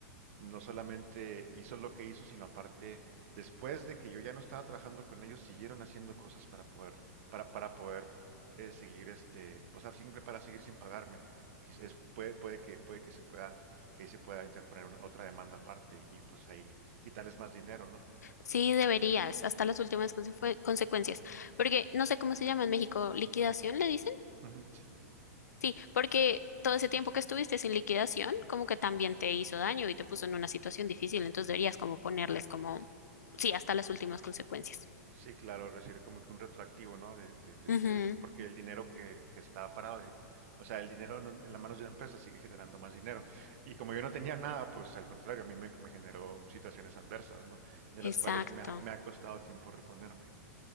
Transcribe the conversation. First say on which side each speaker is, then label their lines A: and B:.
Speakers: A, on the right; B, on the left.
A: no solamente hizo lo que hizo, sino aparte, después de que yo ya no estaba trabajando con ellos, siguieron haciendo cosas para poder, para, para poder eh, seguir este, pues ah, simple para seguir sin pagarme. Quiz- es- puede, puede que, puede que se pueda, que ahí se pueda interponer una- otra demanda aparte y pues ahí quitarles más dinero, ¿no?
B: Sí, deberías, hasta las últimas consecu- consecuencias. Porque no sé cómo se llama en México, liquidación, le dicen.
A: Ujú, sí.
B: Sí, porque todo ese tiempo que estuviste sin liquidación, como que también te hizo daño y te puso en una situación difícil, entonces deberías como ponerles como, sí, hasta las últimas consecuencias.
A: Sí, claro, recibir como que un retroactivo, ¿no? De, de, de,
B: Ujú,
A: de- porque el dinero que, que está parado, y- o sea, el dinero en, un- en las manos de la empresa sigue generando más dinero. Y como yo no tenía nada, pues al contrario, a mí me, me generó situaciones adversas, ¿no? De las
B: Exacto,
A: cuales me ha, me ha costado tiempo reponerme.